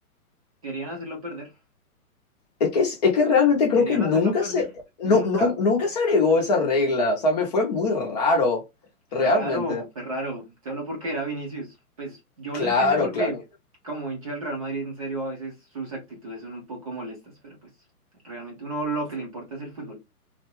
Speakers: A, on the right; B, on the left.
A: Querían hacerlo perder,
B: Es que, es que realmente creo
A: querían
B: que nunca
A: hacerlo perder.
B: se, no,
A: Nunca.
B: no- nunca se agregó esa regla. O sea, me fue muy raro,
A: Fue
B: realmente.
A: raro, fue raro. Solo porque era Vinicius. Pues yo
B: Claro,
A: lo entiendo porque
B: claro.
A: como hincha del Real Madrid, en serio, a veces sus actitudes son un poco molestas, pero pues realmente uno lo que le importa es el fútbol.